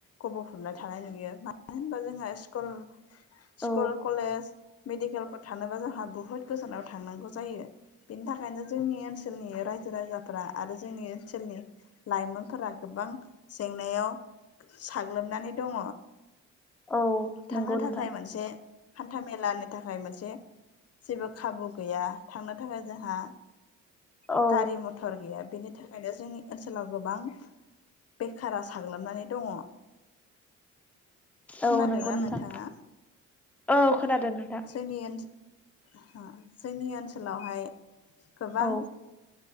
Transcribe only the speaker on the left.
खबफबनाय थानाय नुयो मानो होनबा जोंहा स्कुल स्कुल
कलेज मेडिकेलफोराव थानोबा जोंहा बुहुत गोजानाव थांनांगौ जायो। बेनि थाखायनो जोंनि ओनसोलनि रायजो राजा फ्रा आरो जोंनि ओनसोलनि लाइमोनफ्रा गोबां जेंनायाव साग्लोबनानै दङ
थांनो
थाखाय मोनसे हान्था मेलानि थाखाय मोनसे जेबो खाबु गैया थांनो थाखाय जोंहा
गारि मथर गैया बेनि थाखायनो जोंनि ओनसोलाव गोबां बेखारा साग्लोबनानै दङ। खोनादोंना
नोंथाङा?
जोंनि ओ जोंनि ओनसोलावहाय गोबां